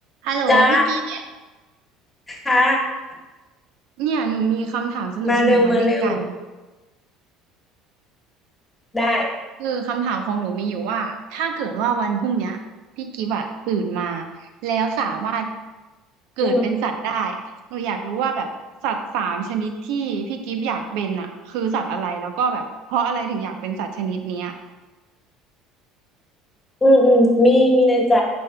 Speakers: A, on the right; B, on the left.
A: ฮัลโหลพี่กิฟต์
B: จ้าค่ะ
A: เนี่ยหนูมีคำถามสนุกสนุกมาเล่นกัน
B: มาเร็วมาเร็วได้
A: คือคำถามของหนูมีอยู่ว่าถ้าเกิดว่าวันพรุ่งเนี้ยพี่กิฟต์อะตื่นมาแล้วสามารถเกิดเป็นสัตว์ได้
B: อืม
A: หนูอยากรู้ว่าแบบสัตว์สามชนิดที่พี่กิฟต์อยากเป็นอะคือสัตว์อะไรแล้วก็แบบเพราะอะไรถึงอยากเป็นสัตว์ชนิดเนี้ย
B: อืมอืมมีมีในใจ